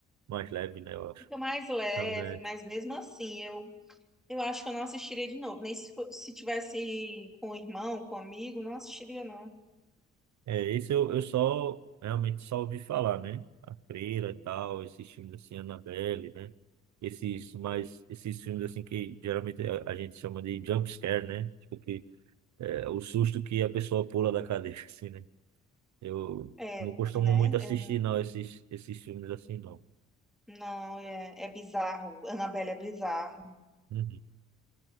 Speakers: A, on the right (about 65°); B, in the centre.
A: Mais leve, né? Eu acho.
B: Fica mais leve,
A: Também.
B: mas mesmo assim, eu eu acho que eu não assistiria de novo. Nem se, fo- se tivesse com o irmão, com o amigo, não assistiria, não.
A: É, esse eu, eu só realmente só ouvi falar, né? A Freira e tal, esses filmes assim, Annabelle, né? Esses mais, esses filmes assim que geralmente a, a gente chama de jump scare, né? Tipo que é o susto que a pessoa pula da cadeira, <laughs> assim, né? Eu
B: É,
A: não costumo
B: né?
A: muito assistir,
B: Eu, não,
A: não, esses, esses filmes assim, não.
B: não, é, é bizarro. Annabelle é bizarro.
A: Uhum,